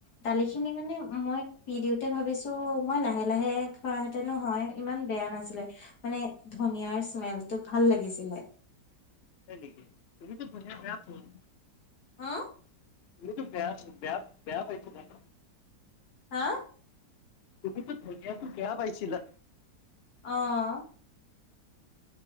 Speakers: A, on the left; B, on the left.
A: দালি খিনি মানে মই পি দিওঁ। তে ভাবিছোঁ মই লাহে লাহে খোৱা হেঁতেনো হয়, ইমান বেয়া নাছিলে, মানে ধনিয়াৰ স্মেলটো ভাল লাগিছিলে।
B: হয় নেকি? তুমিটো ধনিয়া বেয়া পোৱা।
A: অ
B: এইটো বেয়া, বয়া বেয়া পাইছিলা ন?
A: হা?
B: তুমিটো ধনিয়াটো বেয়া পাইছিলা!
A: অ'!